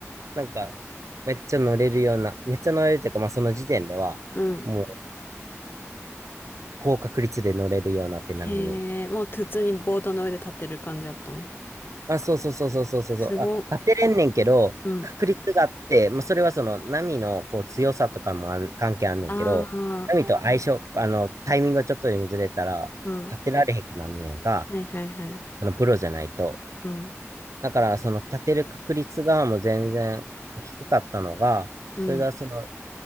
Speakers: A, on the right; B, on the left.
A: なんか、めっちゃ乗れるような、めっちゃ乗れるというか、まあその時点では、
B: うん。
A: もう高確率で乗れるようになって波に。
B: へえ、もう普通にボードの上で立ってる感じだったもん。
A: あ、そうそうそうそうそうそうそう。
B: すごっ。
A: あ、立てれんねんけど、
B: うん。
A: 確率があって、まあ、それはその波のこう強さとかもあん関係あんねんけど、
B: ああ、
A: 波と相性、あの、タイミングがちょっとでもずれたら、
B: うん。
A: 立てられへんくなんねやんか、
B: はいはいはい。
A: そのプロじゃないと。
B: うん。
A: だから、その立てる確率がもう全然低かったのが、
B: うん。
A: それがその、